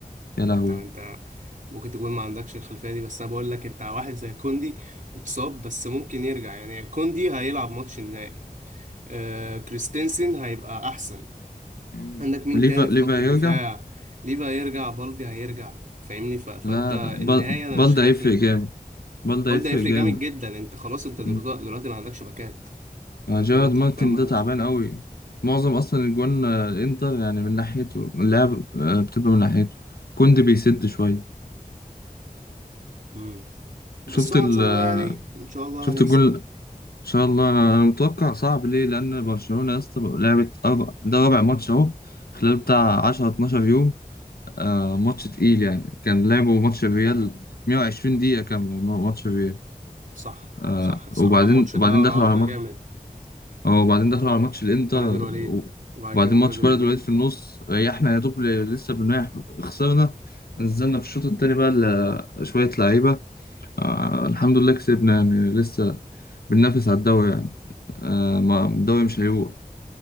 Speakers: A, on the left (about 80°); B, on the right (about 55°).
A: يا لهوي
B: أنت أنت ممكن تكون ما عندكش الخلفية دي بس أنا بقول لك أنت واحد زي كوندي اتصاب بس ممكن يرجع يعني كوندي هيلعب ماتش النهائي آه كريستنسن هيبقى أحسن
A: مم.
B: عندك مين
A: وليفا
B: تاني
A: ليفا
B: في خط الدفاع
A: هيرجع
B: ليفا هيرجع بالدي هيرجع فاهمني ف... فانت
A: لا بل-
B: النهاية انا
A: بلدي
B: مش خايف
A: هيفرق
B: منه
A: جامد بلدي
B: بالدي
A: هيفرق
B: هيفرق
A: جامد
B: جامد جدا انت خلاص انت دلوقتي
A: مم.
B: دلوقتي ما عندكش باكات
A: يعني
B: يعني انت
A: جيرارد
B: دلوقتي
A: مارتن
B: حرفيا ما
A: ده
B: عندكش
A: تعبان
B: باكات
A: قوي معظم اصلا الجوان آه، الانتر يعني من ناحيته اللعب آه، بتبقى من ناحيته كوندي بيسد شوية
B: امم
A: شفت
B: بس هو
A: ال
B: ان شاء
A: آه،
B: الله يعني ان شاء الله
A: شفت
B: هنكسب
A: الجون
B: يعني
A: ان شاء الله انا انا متوقع صعب ليه لان برشلونه يا اسطى بقى لعبت أربع ده رابع ماتش اهو خلال بتاع 10 12 يوم آه ماتش تقيل يعني كان لعبوا ماتش الريال 120 دقيقه كامله ما- ماتش الريال
B: صح
A: آه
B: صح بصراحة
A: وبعدين
B: الماتش ده
A: وبعدين
B: راهقنا
A: دخلوا على ماتش
B: جامد
A: اه وبعدين دخلوا على ماتش الانتر
B: بلد الوليد وبعد
A: وبعدين
B: كده بلد
A: ماتش
B: الوليد
A: بلد الوليد في النص ريحنا يا دوب ل- لسه بنريح خسرنا نزلنا في الشوط التاني بقى ل- شويه لعيبه آه الحمد لله كسبنا يعني لسه بننافس على الدوري يعني آه ما الدوري مش هيروح